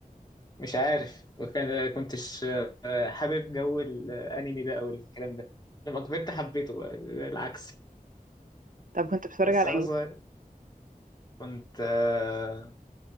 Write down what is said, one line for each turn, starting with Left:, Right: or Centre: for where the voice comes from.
Left: مش عارف وكان كنتش آه، حابب جو الانمي بقى والكلام ده لما كبرت حبيته بقى العكس
Right: طب كنت بتتفرج
Left: بس
Right: على
Left: انا
Right: ايه
Left: صغير كنت آه